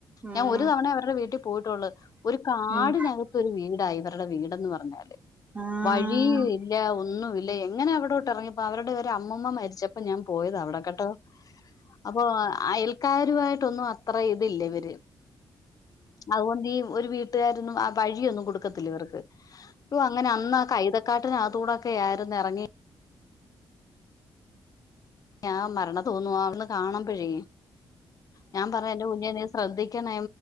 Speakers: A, on the right (about 15°); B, on the left (about 40°).
A: ഉം
B: ഞാൻ ഒരു തവണെ അവരുടെ വീട്ടിൽ പോയിട്ടൊള്ള്. ഒരു കാടിനകത്ത്
A: ഉം
B: ഒരു വീടായിവര്ടെ. വീടെന്ന് പറഞ്ഞാല്
A: സത്യ
B: വഴിയും ഇല്ല ഒന്നും ഇല്ല എങ്ങനെ അവിടോട്ട് ഇറങ്ങിപ്പോ, അവരുടെ ഒരു അമ്മമ്മ മരിച്ചപ്പോ ഞാൻ പോയത അവിടെക്കട്ടോ? അപ്പൊ അയൽക്കാരുമായിട്ടൊന്നും അത്ര ഇതില്ല ഇവര്. അതുകൊണ്ട് ഈ ഒരു വീട്ടുകാരൊന്നും ആ വഴിയൊന്നും കൊടുക്കത്തില്ല ഇവർക്ക്. യോ അങ്ങനെ അന്ന കൈതക്കാട്ടിനക ത്തൂടൊക്കെ ആരുന്നു ഇറങ്ങി ഞാൻ മരണ തോന്നുവാ അവിന്ന് കാണുമ്പഴേ ഞാൻ പറഞ്ഞു എന്റെ കുഞ്ഞെ നീ ശ്രദ്ധിക്കണെ